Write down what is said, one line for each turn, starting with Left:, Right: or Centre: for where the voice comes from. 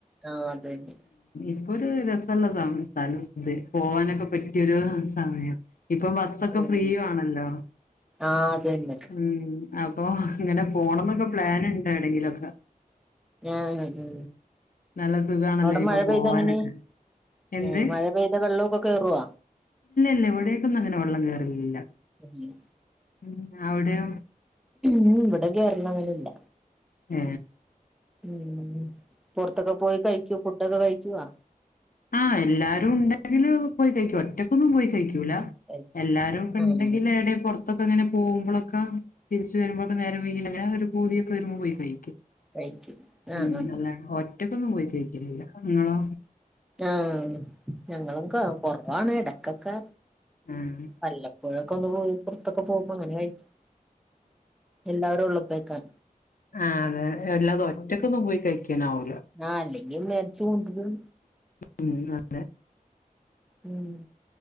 Centre: ആഹ് അതന്നെ
Left: ഇപ്പൊര് രസള്ള സമ സ സ്ഥല പോവാനൊക്കെ പറ്റിര് സമയം ഇപ്പം ബസ്സൊക്കെ
Centre: ഉം
Left: ഫ്രീ ആണല്ലോ
Centre: ആഹ് അതന്നെ
Left: മ് അ പ്പൊ ഇങ്ങനെ പോണന്നൊക്കെ പ്ലാന്ണ്ടോ വടെങ്കിലൊക്കെ ആ
Centre: ആഹ് മ്
Left: നല്ല സുഖാണല്ലോ
Centre: അവടെ
Left: ഇനിപ്പൊ
Centre: മഴ പെയ്താ
Left: പോവാനൊക്കെ
Centre: എങ്ങനെ
Left: എന്ത്
Centre: ആ മഴ പെയ്ത വെള്ളൊക്കെ കേറോ
Left: ല്ല എവടേക്കൊന്നുങ്ങനെ വെള്ളം കേറ്കയില്ല
Centre: ഇല്ല.
Left: മ് അവടെയോ
Centre: മ് വടെ കേറലങ്ങനെല്ല
Left: ഏ
Centre: മ് പൊർത്തൊക്കെ പോയി കയ്ക്കോ ഫുഡ്ഡോക്കെ കയി ക്കുവ്വാ
Left: ആ എല്ലാരും ഉണ്ടെങ്കില് പോയി കഴിക്കും ഒറ്റക്കൊന്നും പോയി കഴിക്ക <unintelligible> ലാ
Centre: കഴി
Left: എല്ലാരും ഉണ്ടെങ്കിൽടെ
Centre: ആഹ്
Left: എവിടെ പൊർത്തു <unintelligible> ക്കെങ്ങെനെ പോകുമ്പോ ളക്കെ തിരിച്ച വരുമ്പോൊക്കെ നേരം വീ ഒരു പോതിയൊക്കെ വരുമ്പോ പോയി കഴിക്കും
Centre: കഴിക്ക് ആഹാ
Left: ഉം അല്ലാണ്ട് ഒറ്റക്കൊന്നും പോയി കഴിക്കലില്ല നിങ്ങളോ
Centre: ആഹ് ഞങ്ങളൊക്കെ കൊറവാണ് ഇടക്കൊക്കെ.
Left: ആഹ്
Centre: അല്ലപ്പോഴും ഇക്കാ ഒന്ന് പോയി പുറത്തൊക്കെ പോകുമ്പോ അങ്ങനെ കഴിക്കും. എല്ലാവരും ഉള്ളപ്പേക്കാൾ
Left: ആ അതെ എല്ലാതും ഒറ്റക്കൊന്നും പോയി കഴിക്കാൻ ആവൂല
Centre: ആ അല്ലെങ്കും മേടിച്ച് കൊണ്ടരും
Left: ഉം അല്ലെ
Centre: ഉം